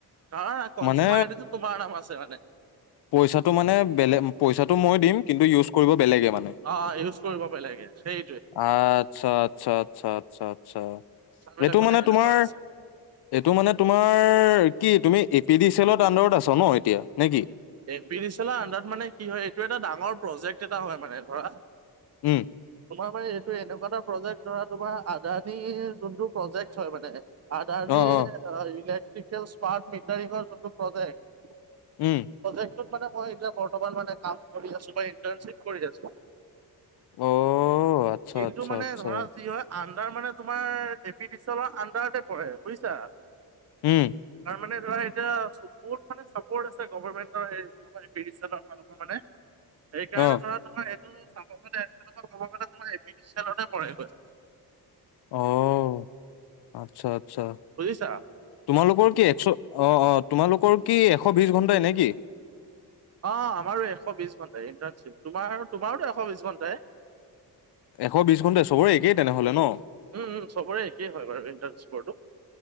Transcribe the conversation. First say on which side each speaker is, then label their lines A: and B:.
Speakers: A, on the right; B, on the left.
A: কাৰণ কনজুমাৰ
B: মানে
A: আইডিটো তোমাৰ নাম আছে মানে।
B: পইচাটো মানে বেলেগ পইচাটো মই দিম কিন্তু ইউজ কৰিব বেলেগে। মানে।
A: অ অ ইউজ কৰিব বেলেগে সেই।
B: আচ্ছা আচ্ছা আচ্ছা আচ্ছা আচ্ছা
A: কথাবিলাক
B: এইটো মানে
A: সেনেকুৱা
B: তোমাৰ।
A: হৈছে।
B: এইটো মানে তোমাৰ কি তুমি এ পি ডি চ এলত আডাৰত আছ ন এতিয়া নে কি?
A: এ পি ডি চি লৰ আন্দাৰত মানে কি হয় এইটো এটা ডাঙৰ প্ৰজেক্ট এটা হয় মানে ধৰা।
B: উম
A: তোমাৰ মানে এইটো এনেকুৱা এটা প্ৰজেক্ট ধৰা তোমাৰ আদানি যোনটো প্ৰজেক্ট হয় মানে আদানিৰ
B: অ', অ',
A: ইলেক্ট্ৰিকেল স্মাৰ্ট মিটাৰিঙৰ যোনটো প্ৰজেক্ট।
B: উম
A: যোনটোত মানে মই এইবিলাক বৰ্তমান মানে কাম কৰি আছো বা এন্টাৰচিপ কৰি আছো।
B: অ', আচ্ছা,
A: কিন্তু
B: আচ্ছা,
A: মানে
B: আচ্ছা,
A: ধৰা কি হয় আন তাৰ মানে তোমাৰ এ পি বি চি এলৰ আন্ডাৰতে পৰে বুজিছা।
B: উম
A: তাৰ মানে ধৰা এতিয়া বহুত মানে চাপৰ্ট আছে গভাৰ্ণমেণ্ট তো সেই ফালৰ পৰা এই পি ডি চি এলৰ ফালৰ পৰা মানে, সেইকাৰণে
B: অ',
A: ধৰা তোমাৰ মোৰ চাব গ'লে এ পি ডি তেলতে পৰে গৈ
B: অহ আচ্ছা আচ্ছা,
A: বুজিছা।
B: তোমালোকৰ- কি একশ অহ অহ তোমালোকৰ কি এশ বিশ ঘন্টাই নে কি?
A: অহ আমাৰো এশ বিশ ঘণ্টাই ইণ্টাৰ্ণশ্বিপ। তোমাৰ তোমাৰোটো এশ বিশ ঘণ্টাই।
B: এশ বিশ ঘন্টাই চবৰে একেই তেনেহলে ন
A: উম উম চবৰে একেই হয় বাৰু ইণ্টাৰ্ণশ্বিটো